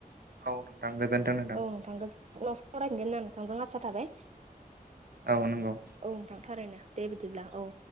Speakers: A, on the right; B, on the right.
A: औ नोंथां गोजोनथों।
B: नोंथांखौ <inaudible> <inaudible> आसा थाबाय।
A: औ नंगौ।
B: औ नोंथांथारैनो दे बिदिब्ला औ।